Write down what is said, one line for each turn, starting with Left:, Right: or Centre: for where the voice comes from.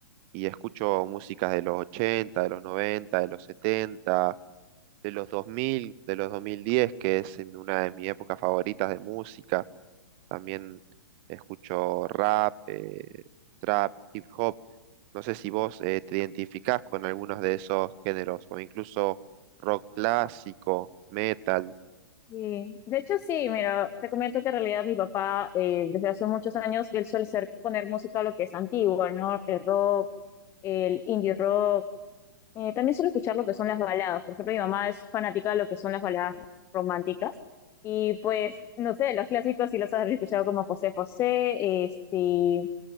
Right: y escucho músicas de los 80, de los 90, de los 70 de los 2000, de los 2010, que es en una de mis épocas favoritas de música. También escucho rap, eh, trap, hip hop. No sé si vos eh, te identificás con algunos de esos géneros, o incluso rock clásico, metal.
Left: sí. De hecho sí, mira, te comento que en realidad mi papá eh, desde hace muchos años él suele ser poner música lo que es antigua, ¿no? El rock, el indie rock Eh, también suelo escuchar lo que son las baladas. Por ejemplo, mi mamá es fanática de lo que son las baladas románticas. Y pues, no sé, los clásicos sí los has escuchado como José José, este,